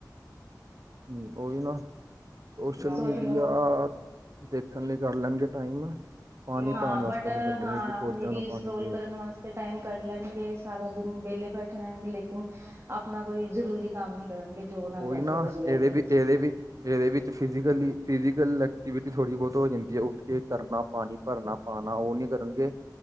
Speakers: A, on the right (about 50°); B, on the right (about 35°).
A: ਹਮ ਉਹੀ ਨਾ, ਸੋਸ਼ਲ
B: ਸੋਸ਼ਲ
A: ਮੀਡੀਆ ਦੇਖਣ ਲਈ, ਕੱਢ ਲੈਣਗੇ ਟਾਈਮ। ਪਾਣੀ
B: ਹਾਂ,
A: ਪਾਣ ਵਾਸਤੇ
B: ਬਟ
A: ਨੀ ਕੱਢਣਗੇ
B: ਹਾਂ,
A: ਕਿ ਪੌਦਿਆਂ
B: ਆਪਣੇ ਰੀਲ
A: ਨੂੰ
B: ਸਕਰੋਲ
A: ਪਾਣੀ ਦੇ
B: ਕਰਨ ਵਾਸਤੇ। ਤੇ ਟਾਈਮ ਕੱਢ ਲੈਣਗੇ, ਸਾਰਾ ਦਿਨ ਵਿਹਲੇ ਬੈਠੇ ਰਹਿਣਗੇ, ਲੇਕਿਨ ਆਪਣਾ ਕੋਈ ਜ਼ਰੂਰੀ ਕੰਮ ਨਹੀਂ ਕਰਨਗੇ, ਜੋ ਉਹਨਾਂ
A: ਉਹੀ
B: ਵਾਸਤੇ
A: ਨਾ
B: ਵਧੀਆ
A: ਇਹਦੇ
B: ਹੈਗੇ।
A: ਵੀ ਇਹਦੇ ਵੀ ਇਹਦੇ ਵਿੱਚ, ਫਿਜ਼ਕਲੀ, ਫਿਜੀਕਲ ਐਕਟੀਵਿਟੀ ਥੋੜ੍ਹੀ ਬਹੁਤ ਹੋ ਜਾਂਦੀ ਹੈ, ਉੱਠ ਕੇ ਕਰਨਾ ਪਾਣੀ ਭਰਨਾ। ਪਾਣਾ ਉਹ ਨੀ ਕਰਨਗੇ,